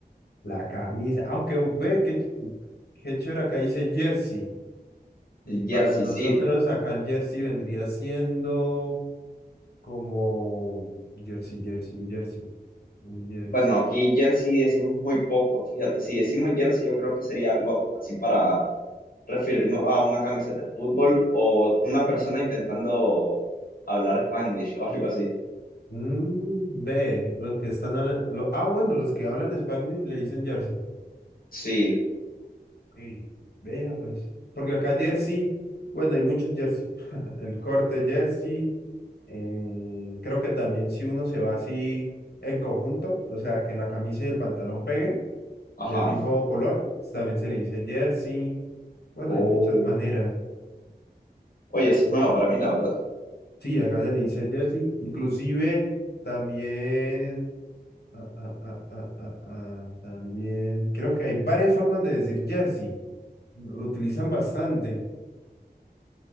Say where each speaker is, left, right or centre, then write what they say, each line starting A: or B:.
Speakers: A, on the left; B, on the left.
A: La camisa. Aunque ve que qué, ch- qué chévere acá dice jersey. Mm,
B: el
A: Para
B: jersey,
A: nosotros
B: sí.
A: acá el jersey vendría siendo como jersey, jersey, un jersey. Un jersey.
B: Bueno, aquí jersey decimos muy poco, fíjate, si decimos jersey, yo creo que sería algo así para referirnos a una camiseta de fútbol o una persona intentando hablar Spanglish o algo así.
A: Mm, ve, los que están hablando. ah, bueno, los que hablan Spanglish le dicen jersey.
B: Sí,
A: Ok, vea pues. Porque acá jersey, bueno, hay muchos jersey. <laughs> El corte jersey. eh, creo que también si uno se va así en conjunto, o sea, que la camisa y el pantalón peguen
B: ajá.
A: del mismo color, también se le dice jersey. Bueno,
B: Oh.
A: hay muchas maneras.
B: Oye, eso es nuevo para mí, la verdad.
A: Sí, acá se le dice jersey. Inclusive también. Ah, ah, ah, ah, ah, ah, También creo que hay varias formas de decir jersey. Lo utilizan bastante.